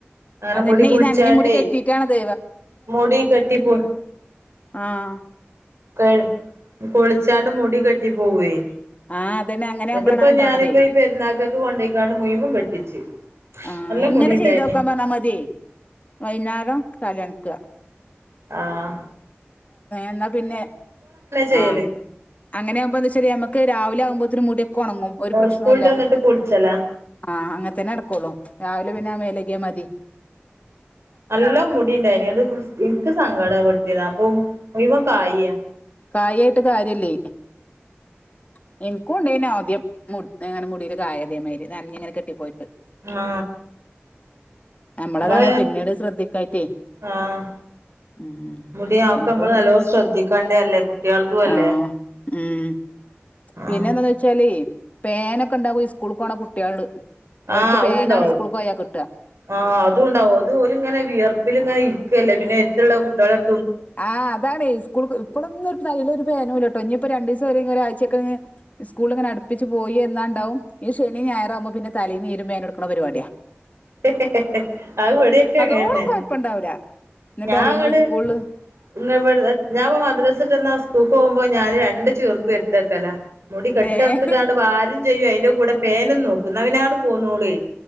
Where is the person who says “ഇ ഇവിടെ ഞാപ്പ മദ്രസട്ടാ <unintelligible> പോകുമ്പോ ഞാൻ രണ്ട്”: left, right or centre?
Right